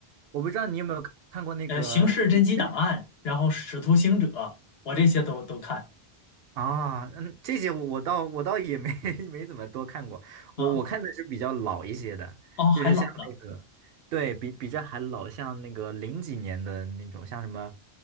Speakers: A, on the right; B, on the left.
A: 我不知道你有没有看过那个影视
B: 呃，《刑事侦缉档案》，然后《使徒行者》，我这些都都看
A: 啊，嗯，这些我我倒我倒也没 <laughs> 没怎么多看过，
B: 啊，
A: 我我看的是比较老一些的，
B: 哦，还老呢
A: 就是像那个，对比比这还老，像那个零几年的那种，像什么